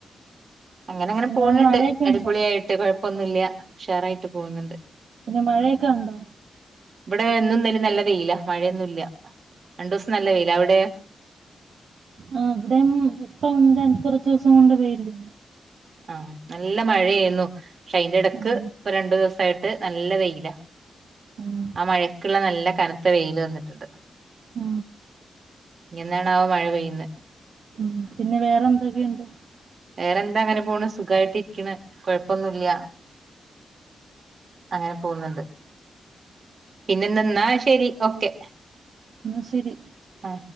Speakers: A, on the right; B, on the right.
A: അങ്ങനെ അങ്ങനെ
B: പിന്നെ
A: പോണ്
B: അവിടെ മഴയൊക്കെ
A: ണ്ട് അടിപൊളിയായി
B: ഉണ്ടോ
A: ട്ട് കൊഴപ്പൊന്നുല്ല്യാ ഉഷാറായിട്ട് പോവ്ന്ന്ണ്ട്.
B: പിന്നെ മഴയെക്കെ ണ്ടോ
A: ഇബ്ടെ ഇന്നും ഇന്നെലേംനല്ല വെയിലാ മഴയൊന്നുല്ല രണ്ടൂസം നല്ല വെയിലാ അവ്ടേ
B: ആ ഇബടെം ഇപ്പം രണ്ട് കൊറെച്ചൂസം കൊണ്ട് വെയില്
A: ആ നല്ല മഴയേന്നു പക്ഷെ അയിന്റെടക്ക്
B: ഉം
A: ഇപ്പ രണ്ടൂസായിട്ട് നല്ല വെയിലാ
B: ഉം
A: ആ മഴക്ക്ള്ള നല്ല കന ത്ത വെയില് വന്നിട്ണ്ട്
B: ആ
A: ഇനിന്നാണാവോ മഴ പെയ്യുന്നേ
B: ഉം പിന്നെ വേറെന്തെക്കെയ്ണ്ട്
A: വേറെന്താ അങ്ങനെ പോണ് സുഖായിട്ടിരിക്ക്ണ് കൊഴപ്പൊന്നുല്ല്യാ അങ്ങനെ പോവ്ന്ന്ണ്ട് പിന്നെ ന്ന്നാ ശരി ഓക്കെ
B: ആ ശെരി
A: ആ